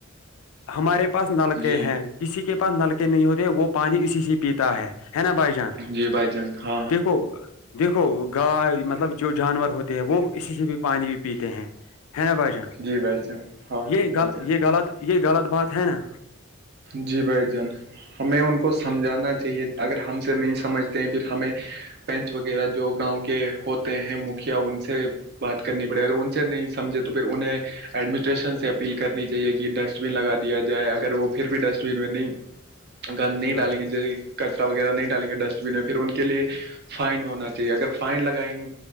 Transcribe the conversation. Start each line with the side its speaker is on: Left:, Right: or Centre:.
Left: ہ ہمارے پاس نلکے
Right: جی
Left: ہیں کسی کے پاس نلکے نہیں ہوتے وہ پانی اسی سے پیتا ہے نا بھائی جان
Right: جی بھائی جان ہاں
Left: دیکھو دیکھو گائے مطلب جو جانور ہوتے ہیں وہ اسی سے بھی پانی بھی پیتے ہیں ہے نا بھائی جان
Right: جی بھائی جان ہاں ہاں
Left: یہ
Right: بھائی
Left: غ
Right: جان
Left: یہ غلط یہ غلط بات ہے نا
Right: جی بھائی جان ہمیں ان کو سمجھانا چاہیے اگر ہم سے نہیں سمجھ پھر ہمیں پنچ وغیرہ جو گاؤں کے ہوتے ہیں مکھیا ان سے بات کرنی پڑے اگر ان سے نہیں سمجھے تو پھر انہیں ایڈمنسٹریشن سے اپیل کرنی چاہیے کہ ڈسٹ بین لگا دیا جائے اگر وہ پھر بھی ڈسٹبین میں نہیں گند نہیں
Left: جی بھائی
Right: ڈالیں گے ج کچرا وغیرہ نہیں ڈالیں گے ڈسٹ بین میں پھر ان کے لیے فائن ہونا چاہیے اگر فائن لگائیں گے